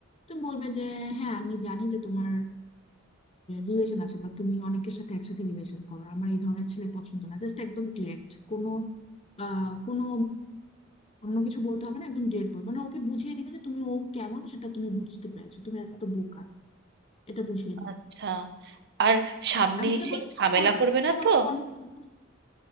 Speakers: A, on the left; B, on the right.
A: তুমি বলবে যে হ্যাঁ আমি জানি যে তোমার রিলেশন আছে বা তুমি অনেকের সাথে একসাথে রিলেশন করো আমার এই ধরনের ছেলে পছন্দ না জাস্ট একদম ডিরেক্ট কোনো আহ কোনো অন্য কিছু বলতে হবে না একদম ডিরেক্ট বলবো মানে ওকে বুঝিয়ে দিবে যে তুমি ও কেমন সেটা তুমি বুঝতে পেরেছো তুমি এত বোকা এটা বুঝিয়ে দিবে
B: আচ্ছা আর সামনে
A: আমি যেটা
B: এসে
A: বলেছি
B: ঝামেলা
A: সেটা করবে
B: করবে
A: তো নাকি
B: না
A: আবার
B: তো
A: ও অন্য কিছু বলবে?